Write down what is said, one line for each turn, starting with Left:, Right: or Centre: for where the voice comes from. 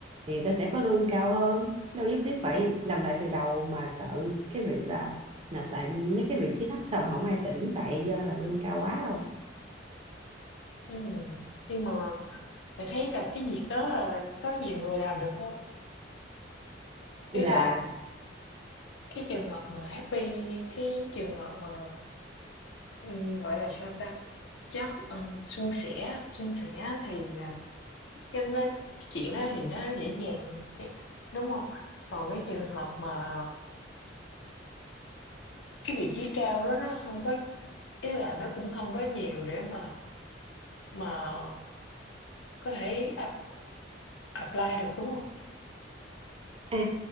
Right: thì người ta sẽ có lương cao hơn đâu nhất thiết phải làm lại từ đầu mà sợ cái việc là nộp lại mấy cái vị trí thấp xong không ai tuyển tại do đầu lương cao quá đâu
Left: Ừm, nhưng mà mình thấy là cái việc đó là có nhiều người làm được không?
Right: là
Left: Ý là cái trường hợp mà happy, cái trường hợp mà, ừm, gọi là, sao ta, chất ừm, suôn sẻ suôn sẻ thì, à, cái nó chuyện đó thì nó dễ dàng ch đúng không? Còn cái trường hợp mà cái vị trí cao đó nó không có ý là nó cũng không có nhiều để mà mà có thể ap apply được, đúng không?
Right: À,